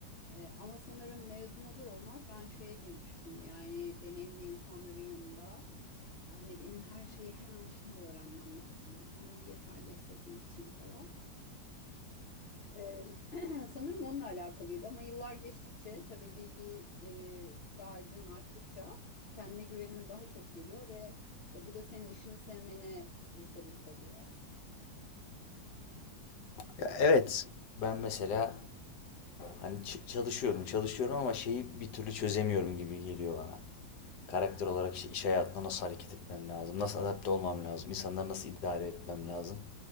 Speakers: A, on the left; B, on the left.
A: E, ama sanırım mezun olur olmaz ben şeye girmiştim. Yani deneyimli insanların yanında Hani benim her şeyi hemen şimdi öğrenmem lazım. Kendimi yeterli hissetmek için falan. Ee, <clears throat> sanırım onunla alakalıydı ama yıllar geçtikçe tabii bilgi e, dağarcığın arttıkça kendine güvenin daha çok geliyor ve e, bu da senin işini sevmene e, sebep oluyor.
B: Ya evet. Ben mesela Hani ç- çalışıyorum, çalışıyorum ama şeyi bir türlü çözemiyorum gibi geliyor bana. Karakter olarak işte iş hayatında nasıl hareket etmem lazım, nasıl adapte olmam lazım, insanları nasıl idare etmem lazım.